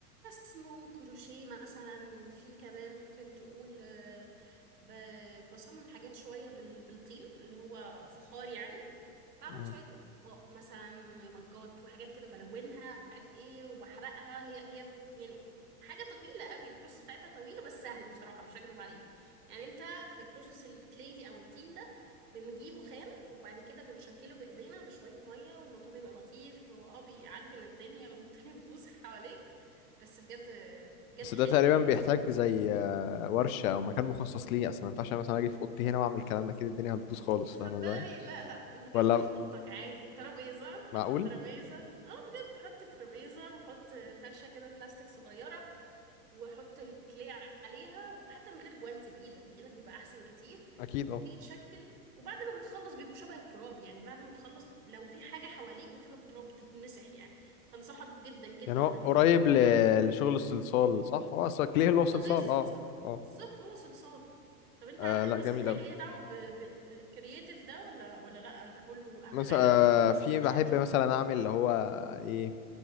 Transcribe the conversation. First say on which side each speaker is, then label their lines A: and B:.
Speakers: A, on the right; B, on the left.
A: رسم وكروشيه مثلا وفي كمان ممكن تقول آه، ب- بصمم حاجات شوية بال- بالطين اللي هو فخار يعني بعمل
B: مم.
A: شوية أطباق مثلا ومجات وحاجات كده بلونها مش عارف ايه وبحرقها هي هي يعني حاجة طويلة قوي البروسيس بتاعتها طويلة بس سهلة بصراحة مش هكدب عليك يعني انت في بروسيس الكلي دي او الطين ده بنجيبه خام وبعد كده بنشكله بإيدينا بشوية مية والموضوع بيبقى لطيف هو اه بيعجن الدنيا والدنيا <laughs> بتبوظ حواليك بس بجد بجد
B: بس
A: حلو
B: ده تقريبا
A: يعني
B: بيحتاج
A: عشان
B: زي آه، ورشه او مكان مخصص ليه اصلا ما ينفعش أنا مثلا اجي في اوضتي هنا واعمل الكلام ده اكيد الدنيا هتبوظ خالص
A: صدقني
B: فاهمه ازاي
A: لا لا بجد
B: ولا
A: في اوضتك عادي ترابيزة حط
B: معقول
A: الترابيزة اه بجد حط ترابيزة وحط فرشة كده بلاستيك صغيرة وحط الكلي عليها وحتى من غير جوانت بإيدك بإيدك بيبقى أحسن كتير
B: اكيد
A: بتبتدي
B: اه
A: تشكل وبعد ما بتخلص بيبقوا شبه التراب يعني بعد ما تخلص لو في حاجة حواليك بتبقى بتراب بتتمسح يعني فانصحك جدا جدا
B: يعني هو
A: انك
B: قريب
A: ت-
B: ل-
A: تلعب كلي
B: لشغل الصلصال صح هو اصلا كليه اللي
A: هو
B: هو صلصال
A: زي الصلصال
B: اه اه
A: بالظبط هو صلصال طب انت
B: آه
A: عندك
B: لا
A: مثلا
B: جميل
A: حاجة
B: أوي
A: ليها دعوة ب- بالكرياتيف ده ولا ولا لا انت كله
B: مثلا
A: ألعاب
B: آه
A: ومثلا
B: في بحب
A: شوية جيم
B: مثلا أعمل اللي هو إيه